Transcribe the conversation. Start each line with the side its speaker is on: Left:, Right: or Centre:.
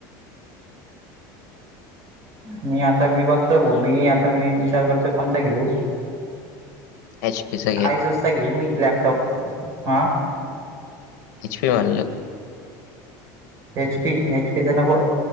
Right: मी आता मी बघतोय ब मी आता मी विचार करतोय कोणता घेऊ
Left: एच पी स
Right: आही सुसता घेईन मी लॅपटॉप हा
Left: हच प मनल
Right: एच पी एच पी नको